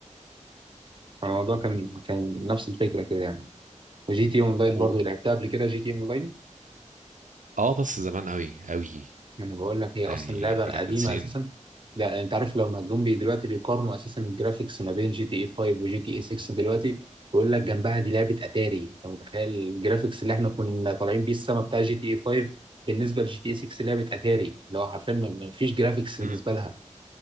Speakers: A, on the right; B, on the right.
A: فالموضوع كان كان نفس الفكره كده يعني وجي تي اونلاين
B: تلعب
A: برضه لعبتها قبل كده جي تي اونلاين
B: اه بس زمان قوي قوي
A: ما انا بقول لك هي
B: يعني
A: اصلا لعبه
B: دي كانت
A: قديمه
B: من سنين
A: اساسا ده انت عارف لما جم بي دلوقتي بيقارنوا اساسا الجرافيكس ما بين جي تي اي 5 وجي تي اي 6 دلوقتي بيقول لك جنبها دي لعبه اتاري انت متخيل الجرافيكس اللي احنا كنا طالعين بيه السما بتاع جي تي اي 5 بالنسبه لجي تي اي 6 لعبه اتاري اللي هو حرفيا ما ما فيش جرافيكس
B: مم.
A: بالنسبه لها